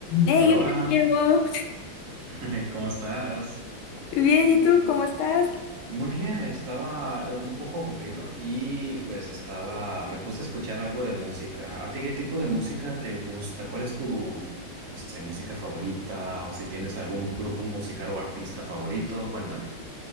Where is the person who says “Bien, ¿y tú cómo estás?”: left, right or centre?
Left